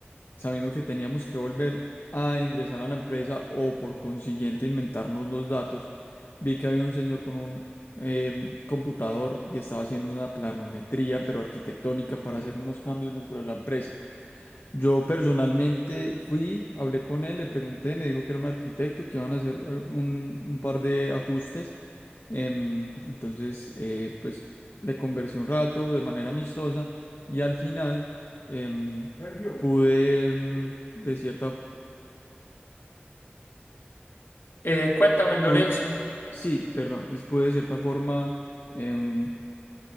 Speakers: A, on the left; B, on the left.
A: sabiendo que teníamos que volver a ingresar a la empresa o por consiguiente inventarnos los datos, vi que había un señor con un em, computador y estaba haciendo una planometría, pero arquitectónica, para hacer unos cambios dentro de la empresa. Yo personalmente fui, hablé con él, le pregunté, me dijo que era un arquitecto, que iban a hacer eh, un, un par de ajustes. Em, entonces, eh, pues le conversé un rato de manera amistosa y al final em, Sergio. pude, em, de cierta
B: Eh, cuéntame, Lorenzo.
A: pu- sí, perdón, es, pude de cierta forma em,